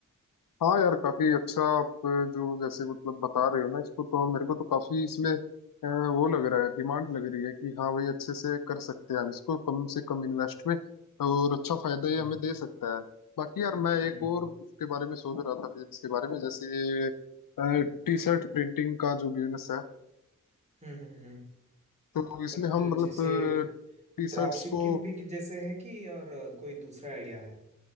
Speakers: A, on the left; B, on the right.
A: हाँ यार काफी अच्छा आप जो जैसे मतलब बता रहे हो ना इसको तो मेरे को तो काफी इसमें अ, वो लग रहा है डिमांड लग रही है कि हाँ भाई अच्छे से कर सकते हैं हम इसको कम से कम इन्वेस्ट में और अच्छा फायदा
B: हम्म
A: ये हमें दे सकता है बाकी यार मैं
B: हम्म
A: एक
B: हम्म
A: और उसके बारे में सोच रहा था बिजनेस के बारे में जैसे टी शर्ट प्रिंटिंग का जो बिजनेस है
B: हम्म हम्म, हम्म।
A: तो इसमें
B: और
A: हम मतलब
B: जैसे
A: टी
B: ड्रॉप
A: शर्ट्स
B: शिपिंग
A: को
B: जैसे है कि और कोई दूसरा आइडिया है